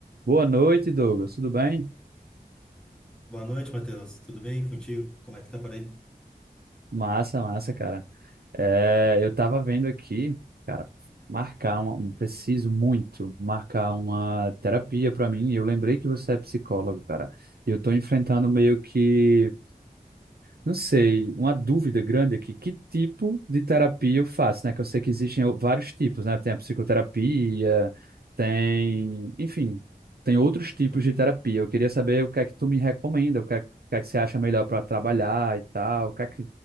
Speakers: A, on the right; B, in the centre.
A: Boa noite, Douglas. Tudo bem?
B: Boa noite, Matheus. Tudo bem contigo? Como é que tá por aí?
A: Massa, massa, cara. É, eu tava vendo aqui, cara, marcar uma, um, preciso muito marcar uma terapia pra mim. E Eu lembrei que você é psicólogo, cara. E Eu tô enfrentando meio que Não sei, uma dúvida grande aqui, que tipo de terapia eu faço, né? Que eu sei que existem vários tipos, né? Tem a psicoterapia, tem, enfim, tem outros tipos
B: Uhum.
A: de terapia. Eu queria saber o que é que tu me recomenda, o que é, o que é que você acha melhor para trabalhar e tal, o que é que...